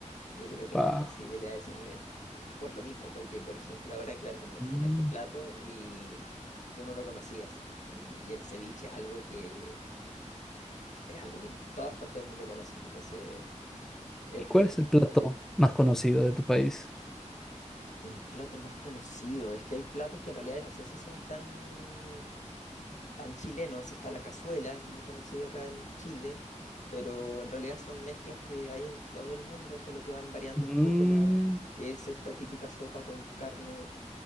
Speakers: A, on the left; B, in the centre.
A: Yo creo que
B: Ah.
A: no es posible a ese nivel. Por lo mismo, porque por ejemplo ahora, claro, te mencioné
B: Mm,
A: este plato y tú no lo conocías. Mm, Y el ceviche es algo que es algo que en todas partes del mundo conocen, entonces es,
B: ¿Cuál
A: es
B: es el plato más conocido de tu país?
A: el plato más conocido. Es que hay platos que en realidad no sé si son tan, tan chilenos. Está la cazuela, es muy conocida acá en Chile, pero en realidad son mezclas que hay en todo el mundo, solo que van variando
B: Mm,
A: un poco la que es esta típica sopa con carne,